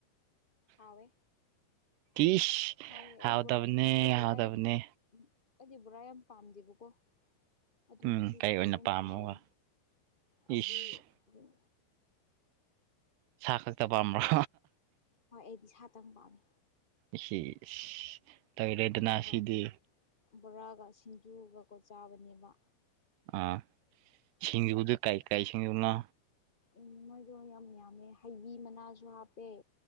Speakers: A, on the left; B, on the right.
A: ꯍꯥꯎꯋꯦ
B: ꯀꯤꯁ
A: ꯍꯥꯎꯋꯦ
B: ꯍꯥꯎꯇꯕꯅꯦ
A: ꯑꯩ ꯕꯣꯔꯥ ꯑꯩ ꯕꯣꯔꯥ
B: ꯍꯥꯎꯇꯕꯅꯦ
A: ꯌꯥꯝ ꯎꯝ ꯑꯩꯗꯤ ꯕꯣꯔꯥ ꯌꯥꯝ ꯄꯥꯝꯗꯦꯕꯀꯣ ꯑꯗꯨ
B: ꯎꯝ
A: ꯉꯁꯤꯗꯨꯗꯤ
B: ꯀꯩ ꯑꯣꯏꯅ
A: ꯑꯗꯨꯝ
B: ꯄꯥꯝꯃꯣꯕ
A: ꯍꯥꯎꯋꯦ
B: ꯏꯁ
A: ꯑꯩꯗꯤ ꯑꯗꯨꯝ
B: ꯁꯥ ꯈꯛꯇ ꯄꯥꯝꯕ꯭ꯔ
A: ꯍꯣꯏ ꯑꯩꯗꯤ ꯁꯥꯇꯪ ꯄꯥꯝꯃꯤ
B: ꯢꯁꯤ ꯏꯁ ꯂꯣꯏꯔꯦꯗꯅꯥ
A: ꯑꯗꯨꯒ
B: ꯁꯤꯗꯤ
A: ꯕꯣꯔꯥꯒ ꯁꯤꯡꯖꯨꯒꯀꯣ ꯆꯥꯕꯅꯦꯕ
B: ꯑ ꯁꯤꯡꯖꯨꯗ ꯀꯩꯀꯩ ꯁꯤꯡꯖꯨꯅꯣ
A: ꯎꯝ ꯃꯣꯏꯗꯣ ꯌꯥꯝ ꯌꯥꯝꯃꯦ ꯍꯩꯕꯤ ꯃꯅꯥꯁꯨ ꯍꯥꯞꯄꯦ